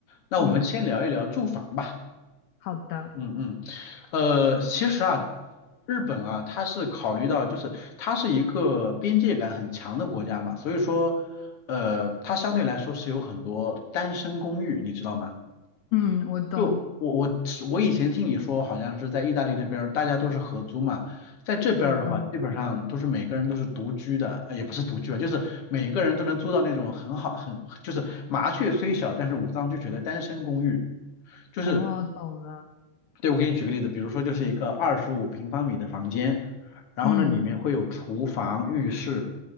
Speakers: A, on the left; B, on the left.
A: 那我们先聊一聊住房吧。
B: 嗯，好的，
A: 嗯嗯，呃，其实啊，日本啊，它是考虑到就是它是一个边界感很强的国家嘛，所以说，呃，它相对来说是有很多单身公寓，你知道吗？
B: 嗯，我懂，
A: 就我我我以前听你说，好像是在意大利那边儿大家都是合租嘛，在这边儿的话，
B: 是的，
A: 基本上都是每个人都是独居的，呃也不是独居啊，就是每个人都能租到那种很好很就是麻雀虽小，但是五脏俱全的单身公寓。就是
B: 哦，懂了，
A: 对，我给你举个例子，比如说就是一个二十五平方米的房间，然后呢里面会有厨房、
B: 嗯，
A: 浴室，